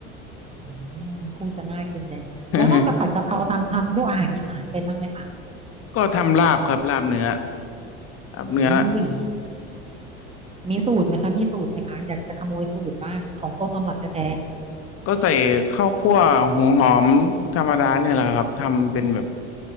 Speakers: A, on the right; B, on the left.
A: อืมพูดซะน่ากินเลยแล้วนอกจากผัดกะเพราทำทำพวกอาหารอีสานเป็นบ้างไหมคะ
B: <laughs> ก็ทำลาบครับลาบเนื้อลาบเนื้อ
A: อุ้ยมีสูตรไหมคะมีสูตรไหมคะอยากจะขโมยสูตรบ้างของต้นตำรับแท้
B: ก็ใส่ข้าวคั่วหัวหอมธรรมดาเนี่ยแหละครับทำเป็นแบบ